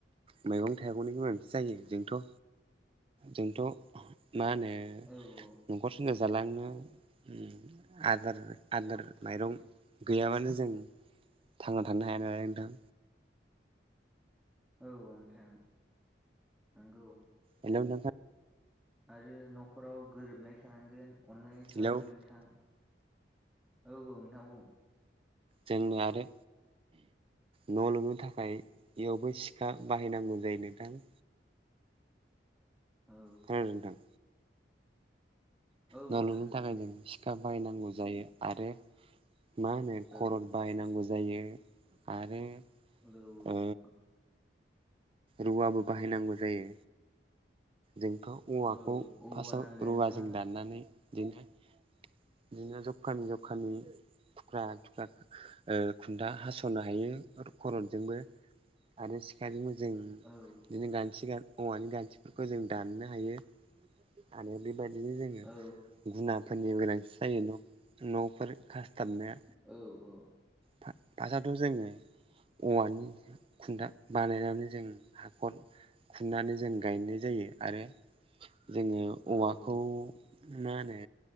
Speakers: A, on the right; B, in the centre.
A: मैगं थाइगंनि गोनांथि जायो जोंथ' जोंथ' मा होनो
B: औ औ।
A: न'खर संसार जालांनो ओम। आदार आदार माइरं गैयाबानो जों थांना थानो हाया नालाय नोंथां।
B: औ नोंथां नोंगौ।
A: हेलौ नोंथां।
B: आरो न'खराव गोरोबनाय थानांगोन अनलायनाय
A: हेलौ
B: थानांगोन नोंथां। औ औ नोंथां बुं।
A: जोंनो आरो न' लुनो थाखाय इयावबो सिखा बाहायनांगौ जायो नोंथां।
B: औ
A: खोनादों नोंथां।
B: औ
A: न'
B: नोंथां
A: लुनो
B: बुं
A: थाखाय
B: दे
A: जों सिखा बाहायनांगौ जायो आरो मा होनो
B: औ
A: खरद बाहायनांगौ जायो आरो
B: औ औ
A: ओ
B: नोंगौ।
A: रुवाबो बाहायनांगौ जायो जोंथ' औवाखौ
B: औ औवा
A: फास्टआव
B: नांगोन
A: रुवाजों
B: नोंथां
A: दाननानै बिदिनो बिदिनो जबखानि जबखानि थुख्रा थुख्रा ओ खुनथा हास'नो हायो खरदजोंबो। आरो सिखाजोंबो जों
B: औ
A: बिदिनो गानथि गान औवानि गान्थिफोरखौ जों दाननो हायो आरो बेबायदिनो जोङो
B: औ
A: गुना फोरनि गोनांथि जायो न' न'फोर खासथाबनो।
B: औ।
A: फा फासावथ' जोङो। औवानि खुन्था बानायनानै जों हाखर खुंनानै जों गायनाय जायो आरो जोङो
B: औ
A: औवाखौ मा होनो